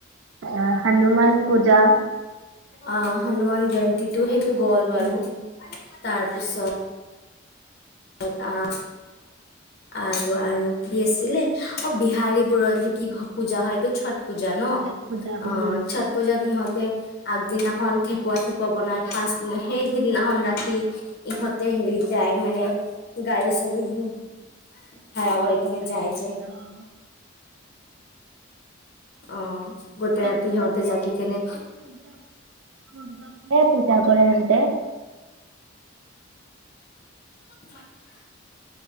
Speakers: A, on the right; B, on the left.
A: আহ হনুমান পূজা। <inaudible>
B: অ', হনুমান জয়ন্তি টো সেইটো গ'ল
A: উম
B: বাৰু। তাৰপিছত এটা অ'। আৰু আৰু কি আছিলে। অ', বিহাৰী বোৰত যে কিবা পূজা হয় এইটো চট পূজা ন'
A: ছট পূজা
B: অ',
A: উম
B: ছাত পূজা ইহঁত আগদিনাখন ঠেকুৱা চেকুৱা বনাই পাচ সেই সিদনাখন
A: উম,
B: ৰাতি ইহঁতে হেৰিত যায় মানে গাড়ী চাড়ী ভাৰা কৰিকেনে
A: তাৰপিছত
B: যাই যে।
A: অ
B: অ'। গোটেই
A: তাতকো
B: ৰাতি সিহঁতে
A: তাতকো
B: জাগি
A: সূৰ্যক
B: কেনে
A: সূৰ্যক পূজা কৰে হেনতে
B: ক'ত খোমাইচু হা